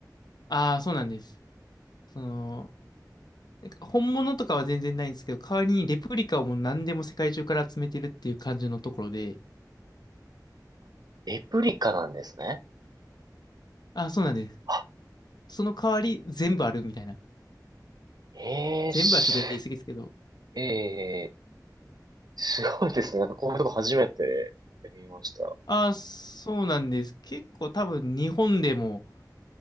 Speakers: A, on the left; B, on the right.
A: ああ、そうなんです。その、なんか本物とかは全然ないんですけど、代わりにレプリカをもう何でも世界中から集めてるっていう感じのところで、
B: レプリカなんですね。
A: あ、そうなんです。
B: あ、
A: その代わり全部あるみたいな。
B: ええし、
A: 全部はちょっと言い過ぎですけど。
B: ええすごいですね。なんかこういうとこ初めて見ました。
A: あ、そうなんです。結構多分日本でも、